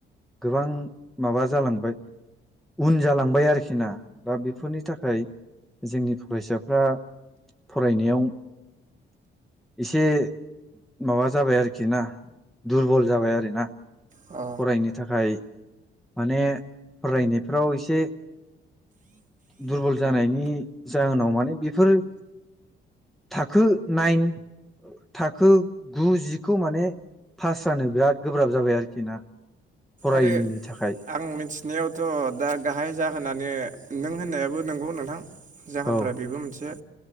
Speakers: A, in the centre; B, on the right.
A: गोबां माबा जालांबाय उन जालांबाय आरोखि ना दा बेफोरनि थाखाय जोंनि फरायसाफ्रा फरायनायाव एसे माबा जाबाय आरोखि ना दुरबल जाबाय आरो ना
B: अ
A: फरायनो थाखाय माने फरायनायफ्राव एसे दुरबल जानायनि जाहोनाव माने बेफोर <unintelligible> थाखो नाइन थाखो गु जिखौ माने पास जानो बिराद गोब्राब जाबाय आरोखि ना फरायैनि
B: आरो
A: थाखाय
B: आं मिथिनायावथ' दा गाहाइ जाहोनानो नों होननायाबो नोंगौ नोंथां जाहोनफोरा
A: औ
B: बेबो मोनसे